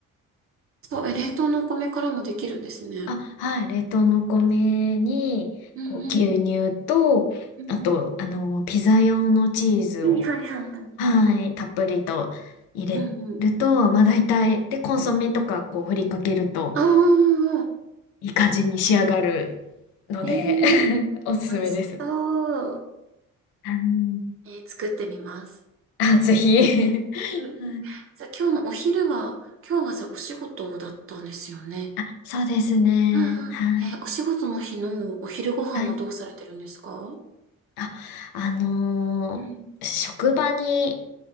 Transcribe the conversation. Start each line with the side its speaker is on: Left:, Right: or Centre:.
Right: そう、え、冷凍のお米からもできるんですね。
Left: あ、はい。冷凍の米に、
Right: うんうん。
Left: こう、牛乳と、
Right: うん
Left: あと、あの、ピザ用のチーズを、
Right: うん。はいはいはいはい。
Left: はい、たっぷりと入れると、
Right: うんうん。うん
Left: まあ大体、で、コンソメとか、こう、振りかけると、
Right: ああ、
Left: いい感じに仕上がるので
Right: えー、
Left: <laughs> おすすめです。
Right: 美味しそう。
Left: はい
Right: えー、作ってみます。
Left: あ、ぜひ <laughs>
Right: うん。
Left: はい。
Right: じゃあ今日のお昼は、今日はじゃあお仕事だったんですよね。
Left: あ、そうですね。
Right: ああ、
Left: はい。
Right: えーお仕事の日のお昼ご飯はどうされてるんですか
Left: はいあ、あのー職場に
Right: うん